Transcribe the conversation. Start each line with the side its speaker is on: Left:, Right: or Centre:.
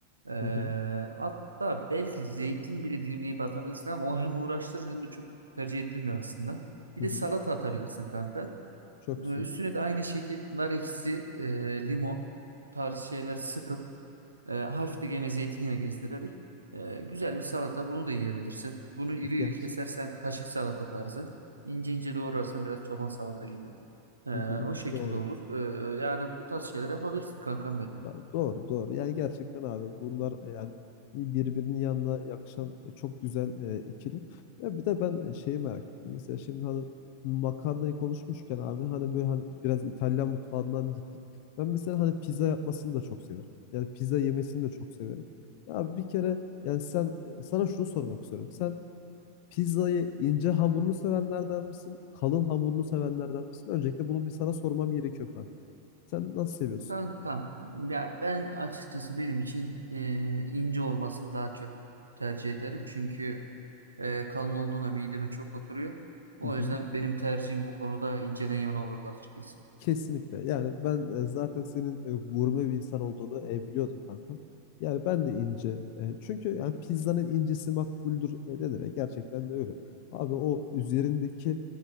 Right: e,
Left: Hı hı.
Right: hatta belki zeytin bile dilimleyip atabilirsin ama o hem uğraştırır hem de çok tercih edilmiyor aslında. Bir
Left: Hı
Right: de
Left: hı.
Right: salata atabilirsin kanka.
Left: Çok
Right: Ee,
Left: güzel.
Right: Üstüne de aynı şekil nar ekşisi, e, limon tarzı şeyler sıkıp e, hafif de gene zeytinyağı gezdirerek e, güzel bir salata bunu da yiyebilirsin. Bunu iri
Left: E, Geç.
Right: iri kesersen kaşık salata tarzı. ince ince doğrarsan biraz çoban salata gibi. E,
Left: Hı hı.
Right: o şekilde
Left: Doğru.
Right: olur. E, yani bu tarz şeyler yapabilirsin kankam benim.
Left: Ya doğru doğru. Yani gerçekten abi bunlar e, yani bir- birbirinin yanına yakışan e, çok güzel e, ikili. Ya bir de ben e, şeyi merak ettim. Mesela şimdi hani makarnayı konuşmuşken abi hani böyle hani biraz İtalyan mutfağından gittik. Ben mesela hani pizza yapmasını da çok severim. Yani pizza yemesini de çok severim. Ya bir kere yani sen e, sana şunu sormak istiyorum. Sen pizzayı ince hamurlu sevenlerden misin? Kalın hamurlu sevenlerden misin? Öncelikle bunu bir sana sormam gerekiyor kanka. Sen nasıl seviyorsun?
Right: Kankam ya ben açıkçası benim için e, ince olmasını daha çok tercih ederim. Çünkü e, kalın olduğuna mideme çok oturuyor. O
Left: Hı hı.
Right: yüzden benim tercihim bu konuda inceden yana olurdu açıkçası.
Left: Kesinlikle. Yani ben e, zaten senin e, gurme bir insan olduğunu e, biliyordum kankam. Yani ben de ince. e, çünkü yani pizzanın incesi makbuldür e, denir. E, gerçekten de öyle. Abi o üzerindeki